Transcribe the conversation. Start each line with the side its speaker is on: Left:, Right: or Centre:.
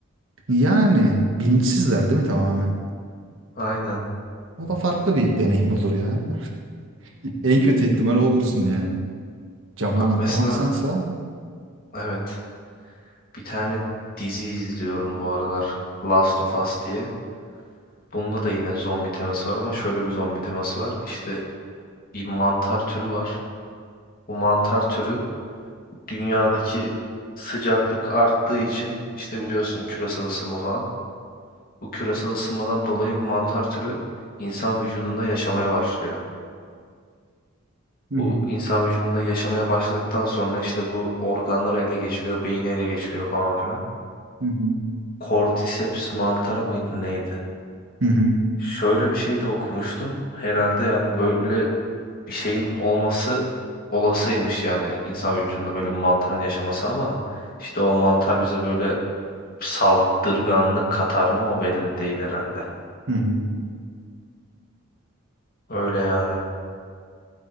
Right: Yani bilinçsizler değil mi tamamen?
Left: Aynen.
Right: O da farklı bir deneyim olur ya. <laughs> En kötü ihtimal olursun yani. Camdan
Left: Bak
Right: atlamaksansa.
Left: mesela evet bir tane dizi izliyorum bu aralar. Last of Us diye. Bunda da yine zombi teması var ama şöyle bir zombi teması var. İşte bir mantar türü var. Bu mantar türü dünyadaki sıcaklık arttığı için işte biliyorsun küresel ısınma falan. Bu küresel ısınmadan dolayı bu mantar türü insan vücudunda yaşamaya başlıyor.
Right: Hı
Left: Bu
Right: hı.
Left: insan vücudunda yaşamaya başladıktan sonra işte bu organları ele geçiriyor, beyni ele geçiriyor falan filan.
Right: Hı hı.
Left: Cordyceps mantarı mıydı neydi?
Right: Hı hı.
Left: Şöyle bir şey de okumuştum. Herhalde yani böyle bir şeyin olması olasıymış yani insan vücudunda böyle bir mantarın yaşaması ama işte o mantar bize böyle saldırganlık katar mı o belli değil herhalde.
Right: Hı hı.
Left: Öyle yani